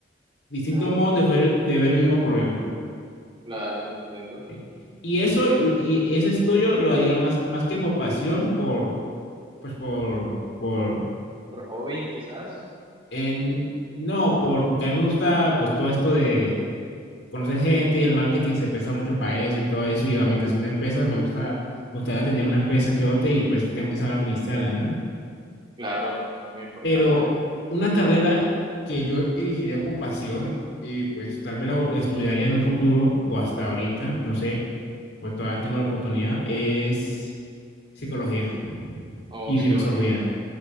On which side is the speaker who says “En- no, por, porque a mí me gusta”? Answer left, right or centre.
Left